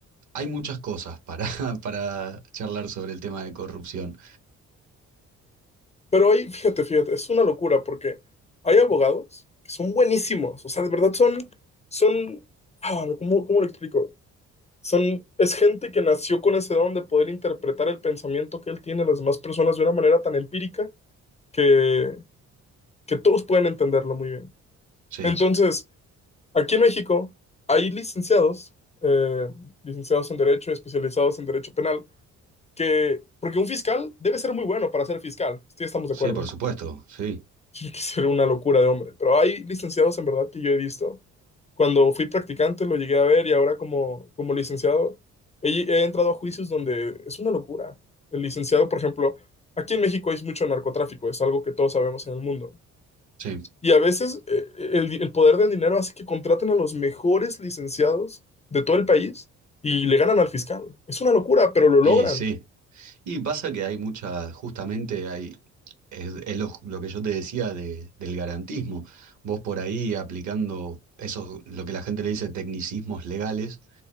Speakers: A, on the right; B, on the left.
A: hay muchas cosas para, <laughs> para charlar sobre el tema de corrupción.
B: Pero ahí, fíjate, fíjate, es una locura porque hay abogados que son buenísimos, o sea, de verdad son, son, ah, ¿cómo, cómo lo explico? Son, es gente que nació con ese don de poder interpretar el pensamiento que él tiene de las demás personas de una manera tan empírica que, que todos pueden entenderlo muy bien.
A: Sí,
B: Entonces, aquí en México hay licenciados, eh, licenciados en Derecho, especializados en Derecho Penal, que, porque un fiscal debe ser muy bueno para ser fiscal, sí, estamos de
A: sí,
B: acuerdo.
A: por supuesto, sí,
B: Tiene que ser una locura de hombre. Pero hay licenciados en verdad que yo he visto. Cuando fui practicante lo llegué a ver y ahora como, como licenciado he, he entrado a juicios donde es una locura. El licenciado, por ejemplo, aquí en México hay mucho narcotráfico, es algo que todos sabemos en el mundo.
A: sí,
B: Y a veces eh, el, el poder del dinero hace que contraten a los mejores licenciados de todo el país y le ganan al fiscal. Es una locura, pero lo logran.
A: y sí. Y pasa que hay mucha, justamente hay, es, es lo, lo que yo te decía de- del garantismo. Vos por ahí aplicando eso, lo que la gente le dice tecnicismos legales,